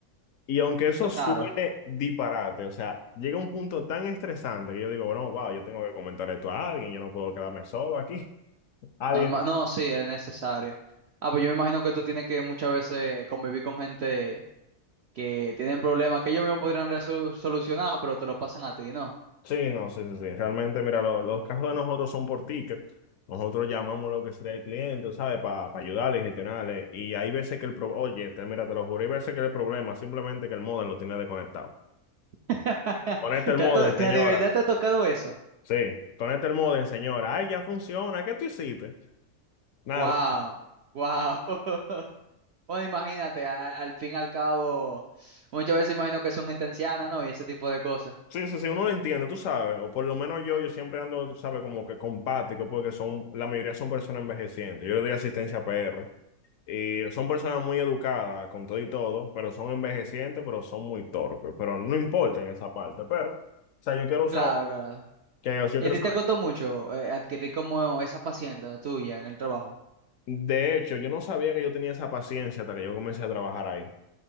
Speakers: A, on the left; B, on the right.
A: Y aunque eso suene
B: Claro,
A: disparate, o sea, llega un punto tan estresante que yo digo, bueno, wow, yo tengo que comentar esto a alguien, yo no puedo quedarme solo aquí. <laughs> Alguien.
B: normal. No, sí, es necesario. Ah, pues yo me imagino que tú tienes que muchas veces convivir con gente que tienen problemas que ellos mismos podrían resol- solucionar, pero te lo pasan a ti, ¿no?
A: Sí, no, sí, sí, sí. Realmente, mira, lo- los casos de nosotros son por ticket. Nosotros llamamos lo que sería el cliente, ¿sabes? Para ayudarle, gestionarle. Y hay veces que el problema, oye, te- mira, te lo juro, hay veces que el problema simplemente que el modem lo tiene desconectado.
B: <laughs>
A: Conecta el
B: ¿Te
A: modem,
B: ha to- te
A: señora.
B: ha- de verdad te ha tocado eso?
A: Sí, conecta el modem, señora. Ay, ya funciona. ¿Qué tú hiciste? Nada.
B: Wow, wow. <laughs> Bueno, imagínate, a- al fin y al cabo, muchas veces imagino que son gente anciana, ¿no? Y ese tipo de cosas.
A: Sí, sí, sí, uno lo entiende, tú sabes. O por lo menos yo, yo siempre ando, tú sabes, como que compático, porque son, la mayoría son personas envejecientes. Yo le doy asistencia PR. Y son personas muy educadas, con todo y todo, pero son envejecientes, pero son muy torpes. Pero no importa en esa parte. Pero, o sea, yo quiero saber,
B: Claro, claro.
A: que, o sea, yo
B: ¿Y
A: quiero
B: a ti
A: saber.
B: te costó mucho eh, adquirir como esa paciencia tuya en el trabajo?
A: De hecho, yo no sabía que yo tenía esa paciencia hasta que yo comencé a trabajar ahí.